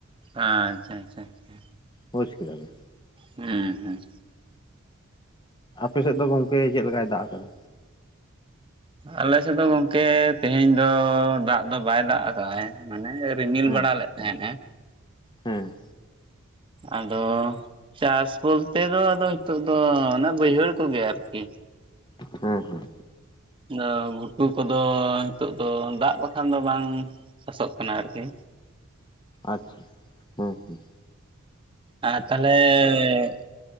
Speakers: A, on the right; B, on the left.
A: ᱟᱪᱪᱷᱟ ᱟᱪᱷᱟ ᱟᱪᱷᱟ
B: ᱵᱩᱡ ᱠᱮᱫᱟ ᱵᱤᱱ
A: ᱦᱮᱸ ᱦᱮᱸ
B: ᱟᱯᱮᱥᱮᱫ ᱫᱚ ᱜᱚᱝᱠᱮ ᱪᱮᱫ ᱞᱮᱠᱟᱭ ᱫᱟᱜ ᱟᱠᱟᱫᱟ
A: ᱟᱞᱮ ᱥᱮᱫ ᱫᱚ ᱜᱚᱝᱠᱮ ᱛᱮᱦᱮᱧ ᱫᱚ ᱫᱟᱜ ᱫᱚ ᱵᱟᱭ ᱫᱟᱜ ᱟᱠᱟ-ᱟᱭ ᱢᱟᱱᱮ ᱨᱤᱢᱤᱞ
B: ᱦᱮᱸ
A: ᱵᱟᱲᱟ ᱞᱮᱫ ᱛᱟᱦᱮᱸᱱ ᱮᱸ
B: ᱦᱮᱸ
A: ᱟᱫᱚ <inaudible> ᱪᱟᱥ ᱵᱚᱞᱛᱮ ᱫᱚ ᱟᱫᱚ ᱱᱤᱛᱚᱜ ᱫᱚ ᱚᱱᱮ ᱵᱟᱹᱭᱦᱟᱹᱲ ᱠᱚᱜᱮ ᱟᱨᱠᱤ
B: ᱦᱮᱸ ᱦᱮᱸ
A: ᱫᱚ ᱜᱷᱩᱴᱩ ᱠᱚᱫᱚ ᱱᱤᱛᱚᱜ ᱫᱚ ᱫᱟᱜ ᱵᱟᱠᱷᱟᱱ ᱫᱚ ᱵᱟᱝ <inaudible> ᱟᱥᱚᱜ ᱠᱟᱱᱟ ᱟᱨᱠᱤ
B: ᱟᱪᱪᱷᱟ <inaudible> ᱦᱮᱸ ᱦᱮᱸ
A: ᱟᱨ ᱛᱟᱦᱚᱞᱮᱮ